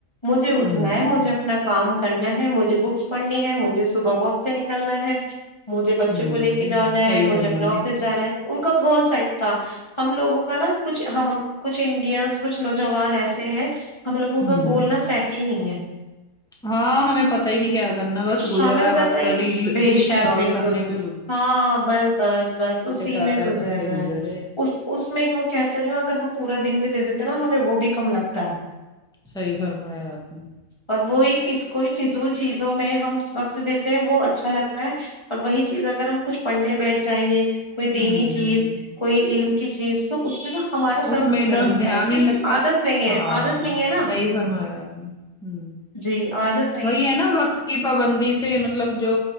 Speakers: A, on the left; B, in the centre.
A: مجھے اٹھنا
B: ہوں
A: ہے مجھے اپنا کام کرنا ہے مجھے بکس پڑھنی ہے مجھے صبح واف پے نکلنا ہے مجھے بچوں
B: ہوں
A: کو لے کے جانا
B: صحیح
A: ہے مجھے
B: فرمایا
A: اپنا افس
B: آپ
A: جانا
B: نے
A: ہے تو ان کا گول سیٹ تھا ہم لوگوں کا نا کچھ ہم کچھ انڈینس کچھ نوجوان ایسے ہیں ہم لوگوں
B: ہوں
A: کا گول نہ سیٹ ہی نہیں ہے
B: ہاں ہمیں پتا ہی نہیں کیا کرنا بس گزرا
A: ہمیں
B: ہے
A: پتہ
B: وقت
A: ہی
B: ریل
A: بے
B: ریلس
A: شک
B: کرول
A: بالکل
B: کر نے میں
A: ہاں بس بس بس اسی
B: چار
A: میں
B: چار
A: گزر
B: گھنٹے
A: رہا ہے
B: رہے ہیں
A: اس اس میں وہ کہتا رہی ہوں اگر ہم پورا دن بھی دے دیتے ہیں نا ہمیں وہ بھی کم لگتا ہے
B: صحیح فرمایا اپ نے
A: اور وہی کس کوئی فضول چیزوں میں ہم وقت دیتے ہیں وہ اچھا لگتا ہے اور وہی چیز اگر ہم کچھ پڑھنے بیٹھ جائیں گے کوئی دینی
B: ہوں
A: چیز کوئی علم کی چیز تو اس میں نا ہمارا سر
B: اس
A: دکھنے
B: میں تو
A: لگتا
B: دھیان
A: ہے کی
B: ہی نہیں لگتا
A: عادت نہیں
B: ہاں
A: عادت نہیں ہے نا
B: صحیح فرمایا آپ نے ہوں
A: جی عادت
B: وہی ہے نا وقت کی پابندی سے مطلب جو